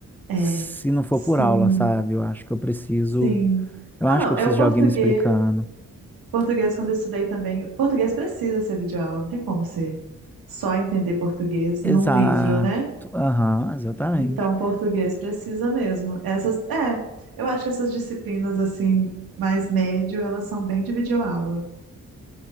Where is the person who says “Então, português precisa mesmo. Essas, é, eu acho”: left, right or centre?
Right